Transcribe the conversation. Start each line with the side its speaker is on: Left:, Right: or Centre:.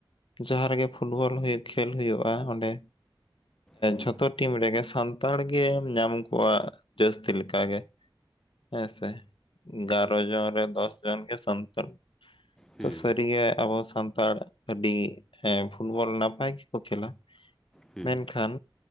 Left: ᱡᱟᱦᱟᱸ ᱨᱮᱜᱮ ᱯᱷᱩᱵᱚᱞ ᱦᱩᱭᱩᱜ ᱠᱷᱮᱞ ᱦᱩᱭᱩᱜᱼᱟ ᱚᱸᱰᱮ
Centre: ᱦᱮᱸ
Left: ᱡᱷᱚᱛᱚ ᱴᱤᱢ ᱨᱮᱜᱮ ᱥᱟᱱ ᱛᱟᱲ ᱜᱮᱢ ᱧᱟᱢ ᱠᱚᱣᱟ ᱡᱟᱹᱥᱛᱤ ᱞᱮᱠᱟ ᱜᱮ ᱦᱮᱸ ᱥᱮ ᱜᱟᱨᱚ ᱡᱚᱱ ᱨᱮ ᱫᱚᱥ ᱡᱚᱱ ᱜᱮ ᱥᱟᱱᱛᱟᱞ
Centre: ᱦᱮᱸ
Left: ᱛᱚ ᱥᱟᱹᱨᱤ ᱜᱮ ᱟᱵᱚ ᱥᱟᱱᱛᱟᱲ ᱟᱹᱰᱤ ᱯᱷᱩᱴᱵᱚᱞ ᱱᱟᱯᱟᱭ ᱜᱮᱠᱚ ᱠᱷᱮᱞᱟ
Centre: ᱦᱮᱸ
Left: ᱢᱮᱱᱠᱷᱟᱱ